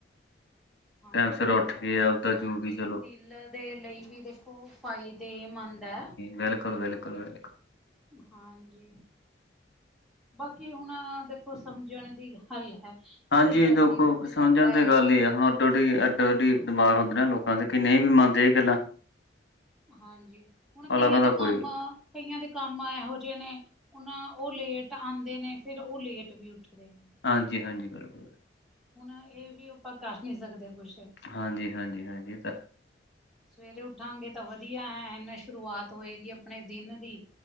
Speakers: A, in the centre; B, on the left.
A: <inaudible> ਹਾਂਜੀ
B: ਟਾਈਮ ਸਿਰ
A: ਦਿਲ
B: ਉੱਠ ਕੇ ਆਪਦਾ
A: ਹਾਂਜੀ
B: ਜੋ ਵੀ ਚਲੋ
A: ਦਿਲ ਦੇ ਲਈ ਵੀ ਦੇਖੋ ਫਾਇਦੇਮੰਦ ਐ।
B: ਬਿਲਕੁਲ-ਬਿਲਕੁਲ-ਬਿਲਕੁਲ
A: ਹਾਂਜੀ ਬਾਕੀ ਹੁਣ ਦੇਖੋ ਸਮਝਣ ਦੀ ਹੱਲ ਹੈ।
B: ਹਾਂਜੀ
A: ਕੋਈ ਜਲਦੀ
B: ਦੇਖੋ
A: ਉੱਠ ਜਾਂਦਾ
B: ਸਮਝਣ
A: ਹੈ
B: ਤੇ ਗੱਲ
A: ਕੋਈ
B: ਈ ਆ ਹੁਣ ਥੋਡੀ ਐੱਡੋ-ਅੱਡੀ ਦਿਮਾਗ ਹੁੰਦੇ ਨੇ ਲੋਕਾਂ ਦੇ ਕਈ ਨਈ ਵੀ ਮੰਨਦੇ ਏ ਗੱਲਾਂ
A: ਹਾਂਜੀ ਹੁਣ ਕਈਆਂ
B: ਅਲਗ
A: ਦੇ
B: ਦਾ
A: ਕੰਮ-ਕਈਆਂ
B: ਕੋਈ
A: ਦੇ ਕੰਮ ਇਹੋ ਜੇ ਨੇ ਉਨਾਂ ਓ ਲੇਟ ਆਂਦੇ ਨੇ ਫਿਰ ਓ ਲੇਟ ਵੀ ਉੱਠਦੇ ਨੇ
B: ਹਾਂਜੀ-ਹਾਂਜੀ ਬਿਲਕੁਲ
A: ਹੁਣ ਏ ਵੀ ਆਪਾਂ ਦਸ ਨਈ ਸਕਦੇ ਕੁਛ
B: ਹਾਂਜੀ-ਹਾਂਜੀ-ਹਾਂਜੀ ਤਾਂ
A: ਸਵੇਰੇ ਉੱਠਾਂਗੇ ਤਾਂ ਵਧੀਆ ਐਂ ਨਾ ਸ਼ੁਰੂਆਤ ਹੋਏਗੀ ਆਪਣੇ ਦਿਨ ਦੀ